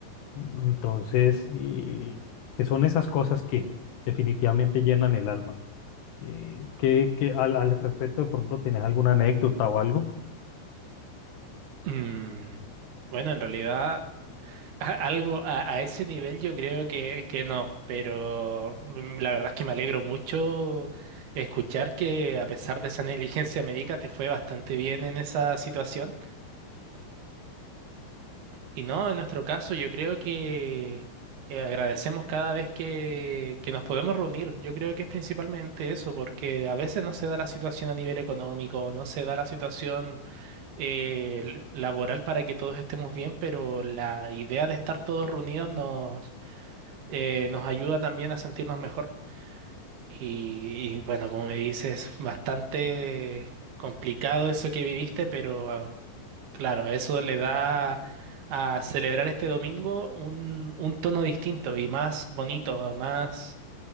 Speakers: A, on the left (about 70°); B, on the right (about 70°).
A: Entonces, eh, que son esas cosas que definitivamente llenan el alma. Eh, que, que al, al respecto, de pronto, ¿tenés alguna anécdota o algo?
B: Mm, bueno, en realidad, a- algo a, a ese nivel yo creo que, que no, pero mm, la verdad es que me alegro mucho escuchar que a pesar de esa negligencia médica te fue bastante bien en esa situación. Y no, en nuestro caso yo creo que eh, agradecemos cada vez que, que nos podemos reunir. Yo creo que es principalmente eso, porque a veces no se da la situación a nivel económico, no se da la situación eh, l- laboral para que todos estemos bien, pero la idea de estar todos reunidos nos, eh, nos ayuda también a sentirnos mejor. Y, y, bueno, como me dices, bastante complicado eso que viviste, pero ah, claro, eso le da a celebrar este domingo un, un tono distinto y más bonito, más,